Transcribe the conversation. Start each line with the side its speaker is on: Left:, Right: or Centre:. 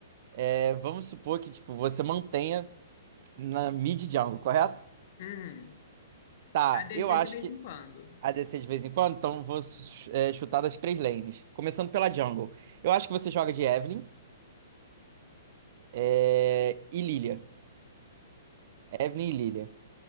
Right: eh, vamos supor que, tipo, você mantenha na mid jungle, correto?
Left: Hum,
Right: Tá,
Left: ADC
Right: eu acho
Left: de vez
Right: que
Left: em quando.
Right: a descer de vez em quando, então vou é, chutar das três lanes. Começando pela jungle. Eu acho que você joga de Evelynn é, e Lilia. Evelynn e Lilia.